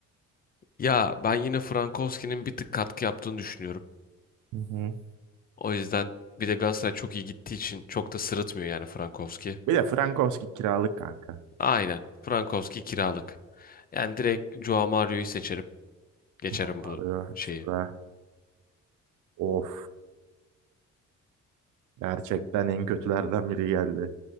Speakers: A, on the left (about 30°); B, on the right (about 80°).
A: Ya ben yine Frankowski'nin bir tık katkı yaptığını düşünüyorum.
B: Hı hı.
A: O yüzden bir de Galatasaray çok iyi gittiği için çok da sırıtmıyor yani Frankowski.
B: Bir de Frankowski kiralık kanka.
A: Aynen. Frankowski kiralık. Yani direkt Joao Mario'yu seçerim. Geçerim
B: Ulan Arıyor
A: bu şeyi.
B: işte Of. Gerçekten en kötülerden biri geldi.